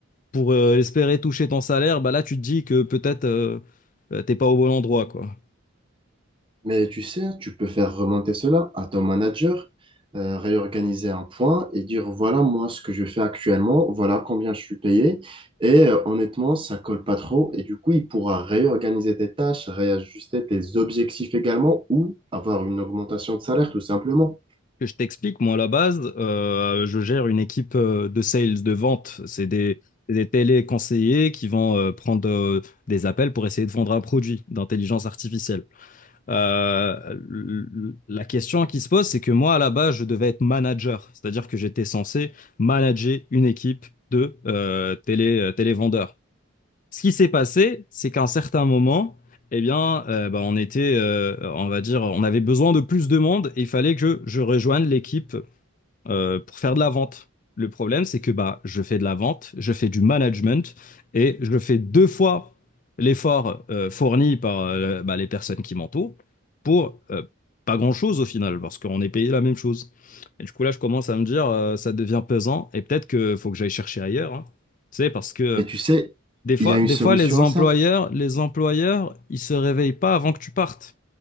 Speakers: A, on the left; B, on the right.
A: pour euh, espérer toucher ton salaire, bah là, tu te dis que peut-être euh, euh, t'es pas au bon endroit, quoi.
B: mais tu sais, hein, tu peux faire remonter cela à ton manager, euh, réorganiser un point et dire, voilà moi ce que je fais actuellement, voilà combien je suis payé. Et euh, honnêtement, ça colle pas trop. Et du coup, il pourra réorganiser tes tâches, réajuster tes objectifs également ou avoir une augmentation de salaire tout simplement.
A: que je t'explique, moi, à la base, euh, je gère une équipe euh, de sales, de vente. C'est des, c'est des téléconseillers qui vont euh, prendre euh, des appels pour essayer de vendre un produit d'intelligence artificielle. Euh, l- l- la question qui se pose, c'est que moi, à la base, je devais être manager, c'est-à-dire que j'étais censé manager une équipe de euh, télé, euh, télévendeurs. Ce qui s'est passé, c'est qu'à un certain moment, eh bien, euh, bah, on était, euh, on va dire, on avait besoin de plus de monde et il fallait que je rejoigne l'équipe euh, pour faire de la vente. Le problème, c'est que bah, je fais de la vente, je fais du management et je fais deux fois l'effort euh, fourni par euh, bah, les personnes qui m'entourent pour euh, pas grand-chose au final, parce qu'on est payé la même chose. Et du coup, là, je commence à me dire, euh, ça devient pesant et peut-être qu'il faut que j'aille chercher ailleurs. hein. C'est parce que
B: Mais tu sais,
A: des fois,
B: il y a une
A: des
B: solution
A: fois, les employeurs,
B: à ça.
A: les employeurs, ils se réveillent pas avant que tu partes.